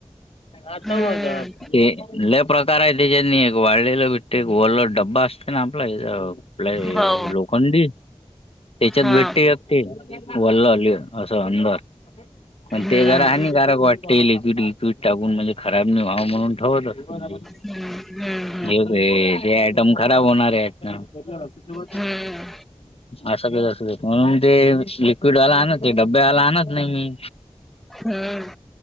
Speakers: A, on the left (about 60°); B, in the centre.
A: आ
B: हम्म.
A: प्रकार आहे त्याच्यानी एक वाढलेलं भिटत एक रला डबा असतो. ना आपल आपल हे
B: हो
A: लोखंडी त्याच्यात
B: हा
A: भेटते <unintelligible> पण
B: हम्म.
A: ते जरा हानिकारक वाटते लिक्विड विक्विड टाकून म्हणजे खराब नाही व्हनार म्हणून ठेवत असतील ते
B: हम्म हम्म.
A: हे ते जे आयटम खराब होणार आहेत <unintelligible> हम्म
B: हम्म
A: असं कां देत म्हणून ते लिक्विड वाला आणत ते डब्यावाला आणत नाही
B: हम्म.